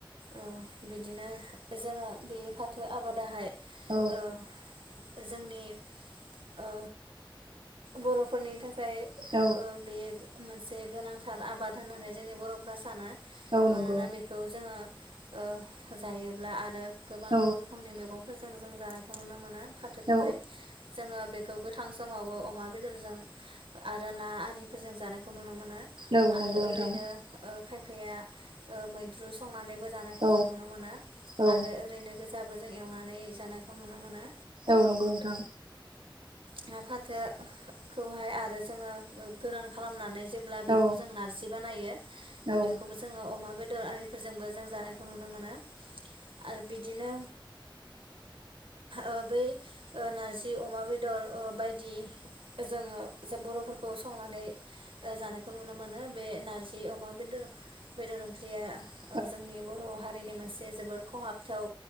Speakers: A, on the right; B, on the right.
A: ओ बिदिनो जोङो बे फाथो आबादाहाय
B: औ
A: ओ जोंनि ओ बर'फोरनि थाखाय
B: औ
A: ओ बे मोनसे गोनांथार आबाद होननानै जोंनि बर'फ्रा सानो। मानोना
B: औ नंगौ
A: बेखौ जोङो ओ जायोब्ला आरो गोबां
B: औ
A: रोखोमनि मैगं फोरजों जों जानायखौ नुनो मोनो फाथोखौहाय
B: औ
A: जोङो बेखौ गोथां समावबो अमा बेदरजों आरो ना आरिफोरजों जानायखौ नुनो मोनो। आरो
B: औ नंगौ नोंथां
A: ओरैनो ओ खायफाया ओ मैद्रु संनानैबो जानायखौ
B: औ
A: जों नुनो मोनो
B: औ
A: आरो ओरैनो गोजाबो जों एवनानै जानायखौ नुनो मोनो।
B: औ नंगौ नोंथां।
A: दा फाथोखौहाय आरो जोङो गोरान खालामनानै जेब्ला बेखौ
B: औ
A: जों नारजि बानायो
B: औ
A: बेखौबो जोङो अमा बेदर आरिफोरजोंबो जों जानायखौ नुनो मोनो। आरो बिदिनो ओ बै ओ नारजि अमा बेदर ओ बायदि जोङो ज बर'फोरखौ संनानै ओ जानायखौ नुनो मोनो बे नारजि अमा बेदर बेदर ओंख्रिया
B: औ
A: ओ जोंनि बर' हारिनि मोनसे बे जोबोर खहाबथाव